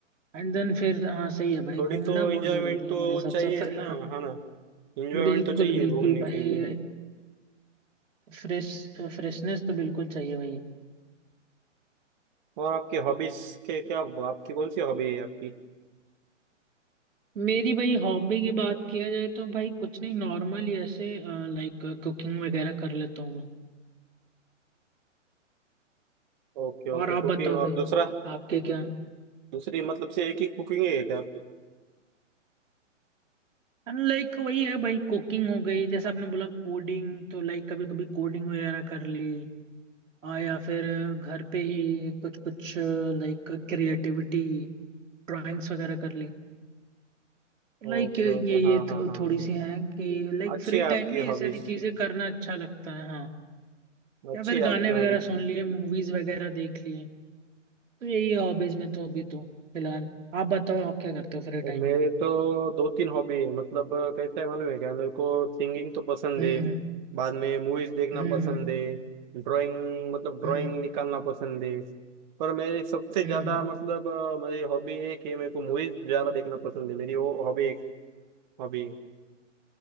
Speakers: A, on the right; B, on the right.
A: एंड देन फिर हाँ सही है भाई
B: थोड़ी
A: घूमना
B: तो
A: बहुत
B: एंजॉयमेंट
A: जरूरी है
B: तो
A: मेरे हिसाब
B: चाहिए
A: से फिर
B: ना हाँ ना एंजॉयमेंट
A: बिल्कुल
B: तो चाहिए
A: बिल्कुल
B: घूमने
A: भाई
B: के लिए
A: फ्रेश फ्रेशनेस तो बिल्कुल चाहिए भाई
B: और आपकी हॉबीज के क्या आपकी कौन सी हॉबी है आपकी
A: मेरी भाई हॉबी की बात किया जाए तो भाई कुछ नहीं नॉर्मल ही ऐसे लाइक कुकिंग वगैरह कर लेता हूँ मैं
B: ओके
A: और
B: ओके
A: आप बताओ
B: कुकिंग और
A: भाई
B: दूसरा
A: आपके क्या
B: दूसरी मतलब से एक ही कुकिंग है क्या आपकी
A: लाइक वही है भाई कुकिंग हो गई जैसे आपने बोला कोडिंग तो लाइक कभी कभी कोडिंग वगैरह कर ली आ, या फिर घर पे ही कुछ कुछ लाइक क्रिएटिविटी ड्राइंग्स वगैरह कर ली लाइक
B: ओके
A: ये
B: ओके
A: ये
B: हाँ हाँ
A: तो
B: हाँ
A: थोड़ी
B: हाँ
A: सी हैं कि लाइक
B: अच्छी
A: फ्री
B: है आपकी
A: टाइम में ये
B: हॉबीज
A: सारी चीजें करना अच्छा लगता है हाँ
B: अच्छी
A: या फिर
B: है आपकी
A: गाने
B: हॉबीज
A: वगैरह सुन लिए मूवीज वगैरह देख लिए तो यही है हॉबीज में तो अभी तो फिलहाल आप बताओ आप क्या करते हो फ्री
B: और
A: टाइम
B: मेरे
A: में
B: तो दो तीन हॉबी है मतलब कैसा है मालूम है क्या मेरे को सिंगिंग तो पसंद
A: हम्म
B: है बाद में मूवीज देखना
A: हम्म
B: पसंद है ड्राइंग मतलब ड्राइंग
A: हम्म
B: निकालना पसंद है पर मेरी सबसे
A: हम्म
B: ज्यादा
A: हम्म।
B: मतलब अ, मेरी हॉबी एक है मेरे को मूवीज ज्यादा देखना पसंद है मेरी वो हॉबी एक हॉबी है